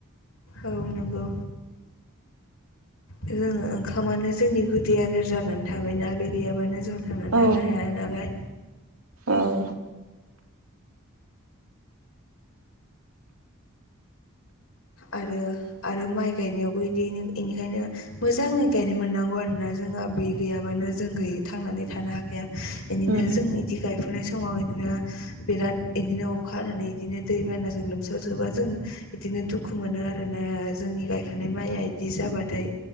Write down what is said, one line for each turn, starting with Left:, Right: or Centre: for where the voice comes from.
Left: औ नंगौ। जोङो ओंखामानो जोंनि गुदि आदार जानानै थाबायना बे गैयाबानो जों थांनानै
Right: औ
Left: थानो हाया नालाय।
Right: औ
Left: आरो आरो माइ गायनायावबो बिदि बेनिखायनो मोजाङै गायनो मोननांगौ आरो ना जोंहा बे गैयाबानो जों गै थांनानै थानो हाखाया बेदिनो
Right: उम
Left: जोंनि बिगाय फुनाय समाव बिदिनो बिराद बिदिनो अखा हानानै बिदिनो दैबानाजों लोमसाव जोबा जों बिदिनो दुखु मोनो आरोना जोंनि गायखानाय माइया बिदि जाबाथाय